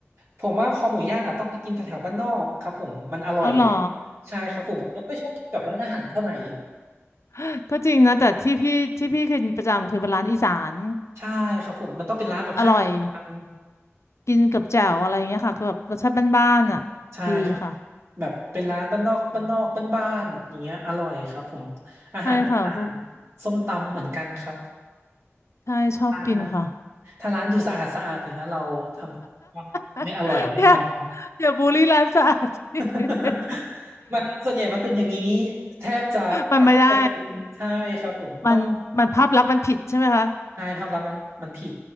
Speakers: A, on the right (about 60°); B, on the left (about 70°).
A: ผมว่าคอหมูย่างอ่ะต้องไปกินแถวๆบ้านนอกครับผมมันอร่อย
B: เอาเหรอ
A: ใช่ครับผมผมไม่ค่อยชอบกินกับร้านอาหารเท่าไหร่
B: <laughs> ก็จริงนะแต่ที่พี่ที่พี่เคยกินประจำคือเป็นร้านอีสาน
A: ใช่ครับผมมันต้องเป็นร้านแบบข้างทาง
B: อร่อย กินกับแจ่วอะไรเงี้ยค่ะคือแบบรสชาติบ้านๆอ่ะดีค่ะ
A: ใช่ครับแบบเป็นร้านบ้านนอกบ้านนอกบ้านๆอย่างเงี้ยอร่อยครับผมอาหารอีสาน
B: ใช่ค่ะพวก
A: ส้มตำเหมือนกันครับ
B: ใช่ชอบกินค่ะ
A: ถ้าถ้าร้านดูสะอาดสะอาดหน่อยนะเราทำไม่อร่อยแน่นอน
B: <laughs> อย่าอย่าบูลลี่ร้านสะอาด <laughs>
A: <laughs> มันส่วนใหญ่มันเป็นอย่างนี้แทบจะแปดสิบเปอร์เซ็นต์ใช่ครับผมต้อง
B: มันไม่ได้มันมันภาพลักษณ์มันผิดใช่ไหมคะ
A: ใช่ภาพลักษณ์มันมันผิด